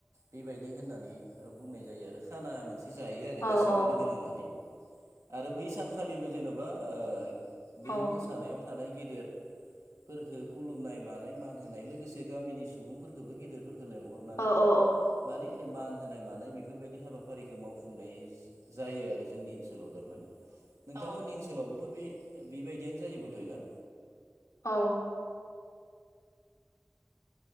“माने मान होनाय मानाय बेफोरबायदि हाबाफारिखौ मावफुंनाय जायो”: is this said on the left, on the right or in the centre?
Right